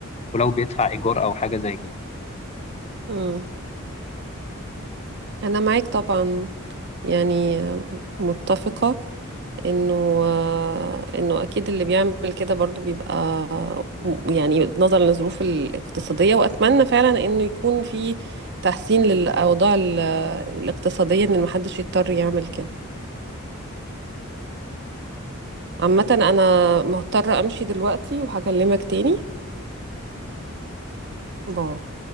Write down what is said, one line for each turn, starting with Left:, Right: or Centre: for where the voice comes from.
Left: ولو بيدفع ايجار او حاجه زي كده
Right: مم. انا معاك طبعا يعني متفقة انه آه، انه اكيد اللي بيعمل كده برضو بيبقى م- يعني نظرا للظروف الاقتصادية واتمنى فعلا انه يكون في تحسين للاوضاع ال- الاقتصادية ان محدش يضطر يعمل كده عامة انا مضطرة امشي دلوقتي وهكلمك تاني باي